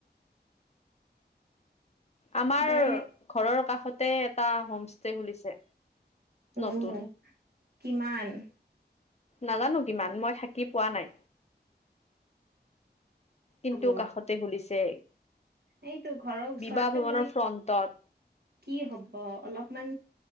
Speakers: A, on the left; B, on the right.
A: আমাৰ
B: দে
A: ঘৰৰ কাষতে এটা হোমষ্টে খুলিছে
B: উম
A: নতুন।
B: কিমান?
A: নাজানো কিমান, মই থাকি পোৱা নাই। কিন্তু
B: হ'ব
A: কাষত খুলিছে
B: এইটো ঘৰৰ ওচৰতে
A: বিবাহ ভ্ৰমনৰ
B: লৈ
A: ফ্ৰন্টত
B: কি হ'ব অলপমান